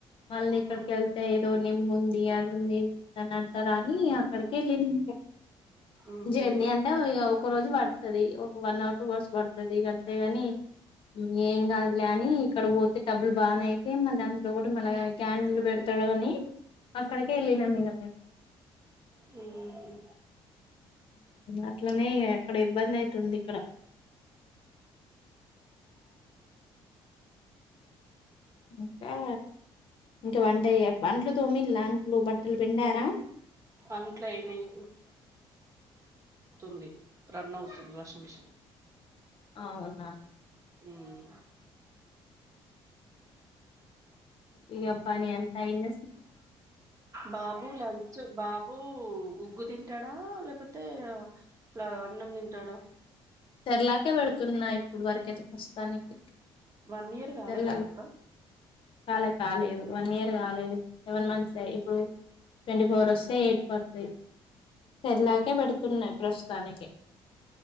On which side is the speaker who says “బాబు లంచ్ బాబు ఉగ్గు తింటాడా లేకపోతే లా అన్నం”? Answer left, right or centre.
Right